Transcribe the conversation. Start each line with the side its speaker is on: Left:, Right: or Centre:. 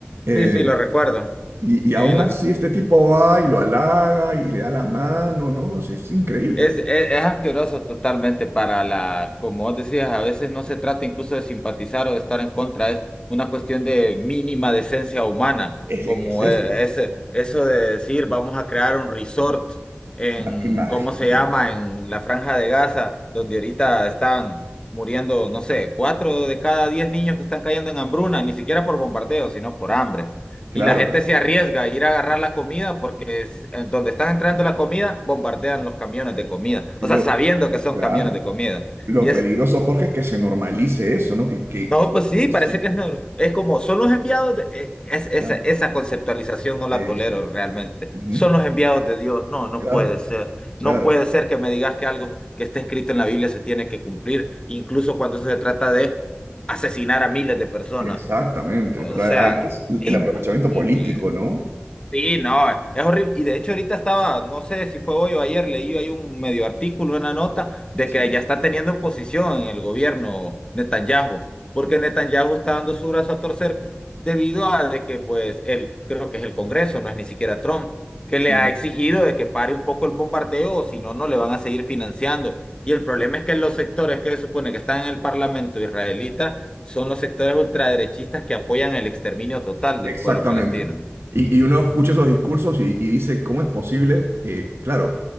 Right: Eh,
Left: sí, sí, lo recuerdo.
Right: y, y
Left: Sí,
Right: aún así este tipo va y lo halaga y le da la mano, ¿no? Es, es increíble.
Left: Es, es, es asqueroso totalmente para la, como vos decías, a veces no se trata incluso de simpatizar o de estar en contra, es una cuestión de mínima decencia humana,
Right: Es,
Left: como
Right: es que es eso.
Left: eh, ese, eso de decir vamos a crear un resort en,
Right: Ima- Imagínate.
Left: ¿cómo se llama?, en la Franja de Gaza, donde ahorita están muriendo, no sé, cuatro de cada diez niños que están cayendo en hambruna, ni siquiera por bombardeo, sino por hambre.
Right: Claro,
Left: Y la gente se arriesga a ir a agarrar la comida porque es, en donde están entrando la comida, bombardean los camiones de comida.
Right: lo,
Left: O sea, sabiendo que son
Right: claro.
Left: camiones de comida.
Right: Lo
Left: Y es,
Right: peligroso, Jorge, es que se normalice eso, ¿no? Que, que,
Left: no,
Right: que-
Left: pues sí, parece
Right: sí,
Left: que es, nor- es como, son los enviados de... eh, es- esa,
Right: claro,
Left: esa conceptualización no la
Right: eso.
Left: tolero realmente.
Right: Ujú,
Left: Son los enviados de Dios. No, no
Right: Claro,
Left: puede ser. No
Right: claro.
Left: puede ser que me digas que algo que está escrito en la Biblia se tiene que cumplir, incluso cuando se trata de asesinar a miles de personas.
Right: Exactamente,
Left: O
Right: pero
Left: sea,
Right: a- además
Left: es
Right: el
Left: imposible.
Right: aprovechamiento político, ¿no?
Left: Sí, no, es horrible. Y de hecho ahorita estaba, no sé si fue hoy o ayer, leí ahí un medio artículo, una nota, de
Right: Sí,
Left: que ya está teniendo oposición en el gobierno Netanyahu, porque Netanyahu está dando su brazo a torcer debido a de que pues él, creo que es el Congreso, no es ni siquiera Trump, que
Right: sí.
Left: le ha exigido de que pare un poco el bombardeo, o si no, no le van a seguir financiando. Y el problema es que los sectores que se supone que están en el Parlamento israelita son los sectores ultraderechistas que apoyan el exterminio total del
Right: Exactamente.
Left: pueblo palestino.
Right: Y, y uno escucha esos discursos y, y dice, ¿cómo es posible que, claro,